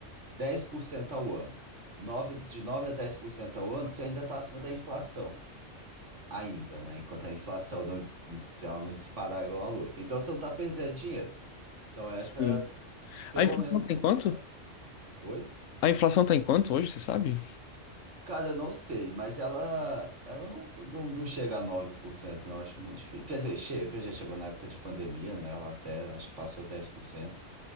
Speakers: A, on the right; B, on the left.
A: 10% ao ano. 9 de 9 a 10% ao ano, você ainda está acima da inflação. Ainda, né? Enquanto a inflação não, se ela não disparar igual a louca. Então você não está perdendo dinheiro. Então essa,
B: Sim.
A: é pelo
B: A inflação
A: menos
B: tá
A: isso,
B: em quanto?
A: sabe? Oi?
B: A inflação tá em quanto hoje, você sabe?
A: Cara, eu não sei, mas ela, ela não, não, não chega a 9% não, acho muito difícil. Quer dizer, chega, já chegou na época de pandemia, né? Ela até, acho que passou dez por cento